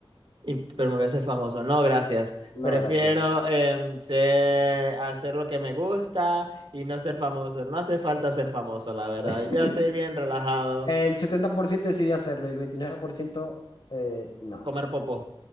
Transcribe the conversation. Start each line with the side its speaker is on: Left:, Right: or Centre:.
Right: Y- pero me voy a hacer famoso. No, gracias.
Left: no,
Right: Prefiero
Left: gracias.
Right: em, ser- hacer lo que me gusta y no ser famoso. No hace falta ser famoso, la verdad.
Left: <laughs>
Right: Yo estoy bien relajado.
Left: El 70% decidió hacerlo y el 29% eh, no.
Right: Comer popó.